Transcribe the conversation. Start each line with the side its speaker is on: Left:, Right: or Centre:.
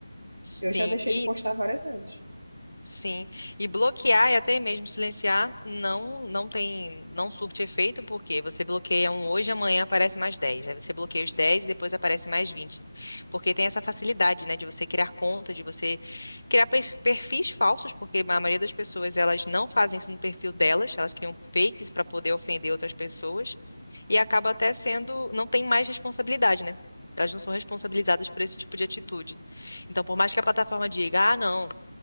Left: Sim,
Right: Eu já deixei
Left: e
Right: de postar várias vezes.
Left: Sim, e bloquear e até mesmo silenciar não não tem não surte efeito porque você bloqueia um hoje, amanhã aparece mais dez Aí você bloqueia os 10 e depois aparece mais vinte Porque tem essa facilidade, né, de você criar conta, de você criar pers- perfis falsos, porque a maioria das pessoas elas não fazem isso no perfil delas, elas criam fakes para poder ofender outras pessoas e acaba até sendo não tem mais responsabilidade, né? Elas não são responsabilizadas por esse tipo de atitude. Então, por mais que a plataforma diga, ah, não,